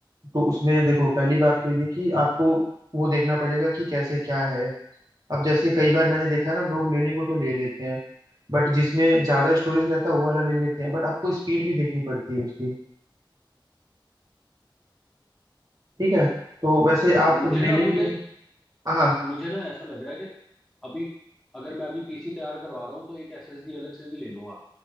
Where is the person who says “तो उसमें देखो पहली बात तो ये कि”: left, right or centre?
Right